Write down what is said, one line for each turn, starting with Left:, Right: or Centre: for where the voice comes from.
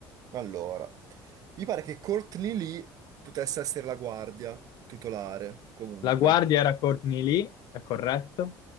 Right: allora, mi pare che Courtney Lee potesse essere la guardia titolare, comunque.
Left: La guardia era Courtney Lee, è corretto.